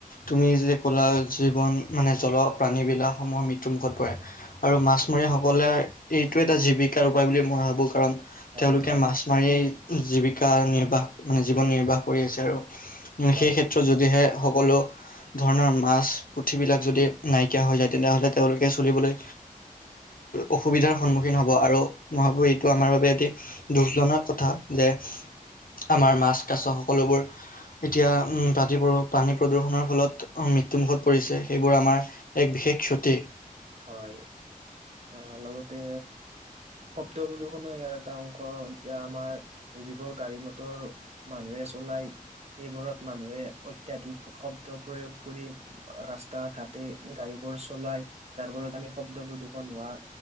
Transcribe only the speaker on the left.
তুমি যে কলা জল জীৱন মানে জলপাণীবিলাসমূহ ম্যু মৃত্যুমুখত পৰে
আৰু মাছমৰীয়াসকলে এইটো এটা জীৱিকাৰ উপায় বুলি মই ভাবোঁ কাৰণ। তেওঁলোকে
মাছ মাৰিয়েই জীৱিকা নিৰ্বাহ মানে জীৱন নিৰ্বাহ কৰি আছে আৰু।
সেই ক্ষেত্ৰত যদিহে সকলো। ধৰণৰ মাছ পুথিবিলাক যদি নাইকিয়া হৈ যায় তেনেহ'লে তেওঁলোকে চলিবলৈ। অসুবিধাৰ সন্মুখীন হ'ব আৰু মই ভাবো এইটো আমাৰ বাবে এটি দুখজনক কথা যে।
আমাৰ মাছ কাছ সকলোবোৰ এতিয়া পাতিবোৰ পানী। প্ৰদূষণৰ ফলত মৃত্যুমুখত পৰিছে সেইবোৰ আমাৰ এক বিশেষ ক্ষতি।